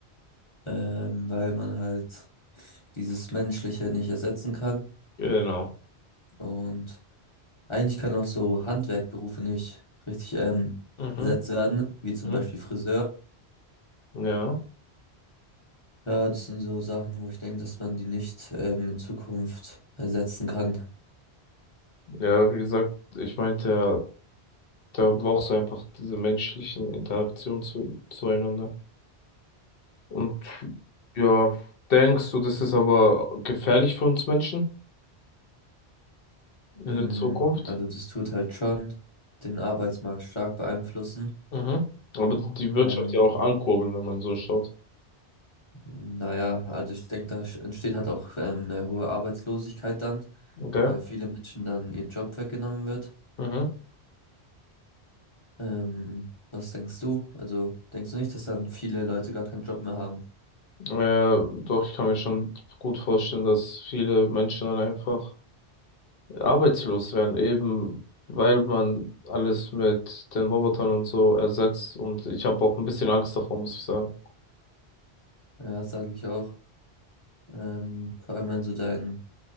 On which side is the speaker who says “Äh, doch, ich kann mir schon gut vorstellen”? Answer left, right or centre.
Left